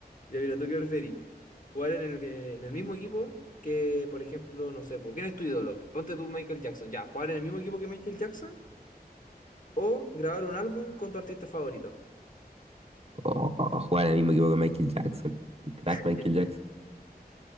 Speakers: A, on the left; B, on the right.
A: Ya mira, ¿tú qué preferís? ¿Jugar en el, que- en el mismo equipo que, por ejemplo, no sé, po, ¿quién es tu ídolo? Ponte tú Michael Jackson. Ya, ¿jugar en el mismo equipo que Michael Jackson? ¿O grabar un álbum con tu artista favorito?
B: O, o- o jugar en el mismo equipo que Michael Jackson. Un crack
A: <laughs>
B: Michael Jackson.